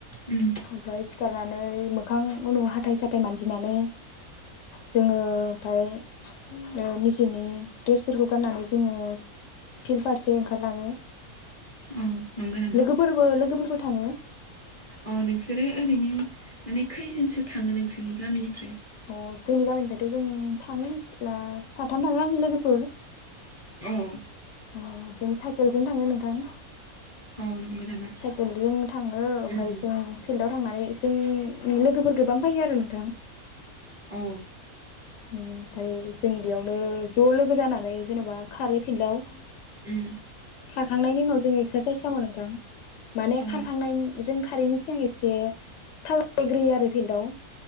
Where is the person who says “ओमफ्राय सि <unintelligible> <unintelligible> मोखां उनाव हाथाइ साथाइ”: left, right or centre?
Left